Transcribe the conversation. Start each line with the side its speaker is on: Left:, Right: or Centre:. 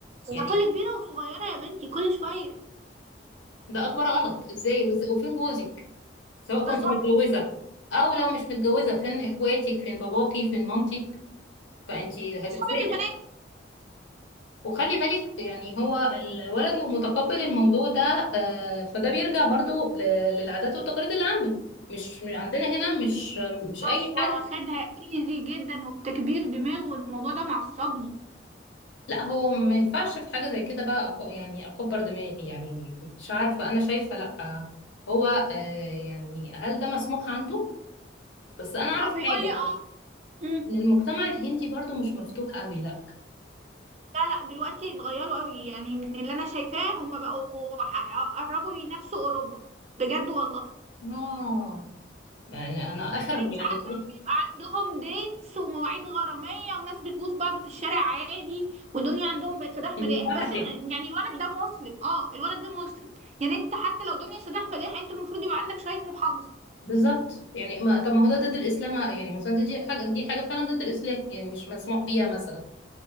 Left: يعني
Right: ده كل كبيره وصغيره يا بنتي كل شويه
Left: ده اكبر غلط ازاي وإز- وفين جوزك سواء
Right: بالظبط
Left: كنت متجوزة أو لو مش متجوزة فين إخواتك فين باباكي فين مامتك فأنت هتتسألي
Right: اصحابك البنات
Left: وخلي بالك يعني هو الولد لو متقبل الموضوع ده آه، فده بيرجع برضو ل- للعادات والتقاليد اللي عنده مش من عندنا هنا مش مش أي
Right: هو
Left: حد
Right: واخدها ايزي جدا وبتكبير دماغ والموضوع ده معصبني
Left: لا هو ما ينفعش في حاجة زي كده بقى أق- يعني أكبر دماغي يعني مش عارفة أنا شايفة لا هو آه، يعني هل ده مسموح عنده بس أنا أعرف
Right: اه بيقول
Left: حاجة
Right: لي اه مم.
Left: إن المجتمع الهندي برضو مش مفتوح قوي لا
Right: لا لا دلوقتي اتغيروا قوي يعني من اللي انا شايفاه هم بقوا ح- قربوا ينافسوا اوروبا بجد والله
Left: اه يعني انا اخر
Right: يعني انت
Left: يعني
Right: عارفه
Left: إيه؟
Right: بيبقى عندهم ديتس ومواعيد غراميه وناس بتبوس بعض في الشارع عادي والدنيا عندهم بقت سداح
Left: انفتحت
Right: مداح بس يعني الولد ده مسلم اه الولد ده مسلم يعني انت حتى لو دنيا سداح مداح انت المفروض يبقى عندك شويه محافظه
Left: بالظبط يعني ما طب ما هو ده ضد الاسلام ع- يعني مثلا دي حاجه دي حاجه فعلا ضد الاسلام يعني مش مسموح بيها مثلا